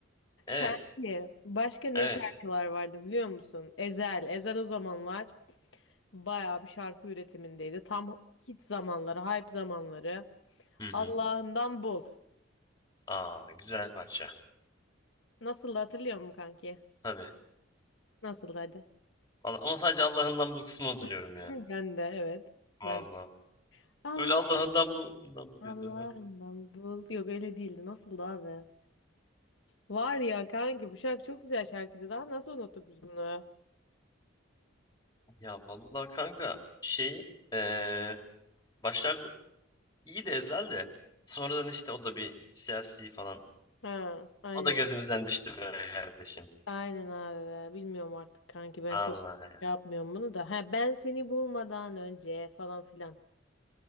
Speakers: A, on the left; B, on the left.
A: Evet.
B: Kanki başka ne
A: Evet.
B: şarkılar vardı biliyor musun? Ezel. Ezel o zamanlar bayağı bir şarkı üretimindeydi. Tam hit zamanları, hype zamanları.
A: Hı hı.
B: Allah'ından bul.
A: Aa güzel parça.
B: Nasıldı hatırlıyor musun kanki?
A: Tabii.
B: Nasıldı hadi.
A: Valla- Ama sadece Allah'ından bul kısmını hatırlıyorum
B: <laughs>
A: ya.
B: Ben de evet. Ben.
A: Vallahi.
B: Allah
A: Öyle Allah'ından bul, bundan buluyordu.
B: Allah'ından
A: ha.
B: bul. Yok öyle değildi. Nasıldı abi? Var ya kanki bu şarkı çok güzel şarkıydı. Daha nasıl unuttuk biz bunu?
A: Ya vallahi kanka şey eee, başlarda İyi de Ezel de. Sonradan işte o da bir siyasi falan.
B: Ha, aynen
A: O da gözümüzden düştü be kardeşim.
B: aynen abi. be. Bilmiyorum artık kanki ben
A: Allah
B: çok
A: ya.
B: şey yapmıyorum bunu da. Ha ben seni bulmadan önce falan filan.